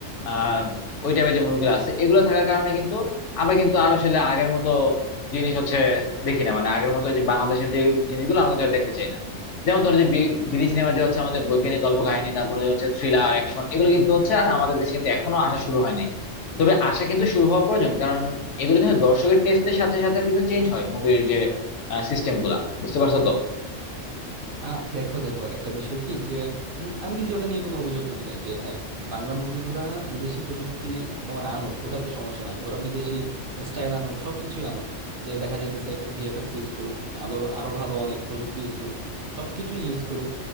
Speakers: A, on the left; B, on the right.
A: আহ ওই টাইপের যে মুভিগুলো আছে এগুলো থাকার কারণে কিন্তু আমরা কিন্তু আর আসলে আগের মতো জিনিস হচ্ছে দেখি না মানে আগের মতো যে বাংলাদেশের যে জিনিসগুলো আমরা কিন্তু আর দেখতে চাই না যেমন ধরো যে বি- বিদেশি সিনেমা যে হচ্ছে আমাদের বৈজ্ঞানিক কল্পকাহিনী তারপরে যে হচ্ছে থ্রিলার অ্যাকশন এগুলো কিন্তু হচ্ছে আর আমাদের দেশে কিন্তু এখনো আসা শুরু হয়নি তবে আশা কিন্তু শুরু হওয়া প্রয়োজন কারণ এগুলো কিন্তু দর্শকের টেস্টের সাথে সাথে কিন্তু চেঞ্জ হয় মুভির যে সিস্টেম গুলা বুঝতে পারছো তো
B: আ দেখো দেখো একটা বিষয় কি যে উম, আমি কিন্তু ওটা নিয়ে কোনো অভিযোগ করি নাই যে হ্যাঁ বাংলা মুভিগুলা বিদেশি প্রযুক্তি তোমার আনুক ওটাতে সমস্যা নাই ওরা বিদেশি স্টাইল আনুক সবকিছুই আনুক যে দেখা যাইতেছে একটু ভিএফএক্স ইউজ করুক আলো আরো ভালো অনেক প্রযুক্তি ইউজ করুক সবকিছুই ইউজ করুক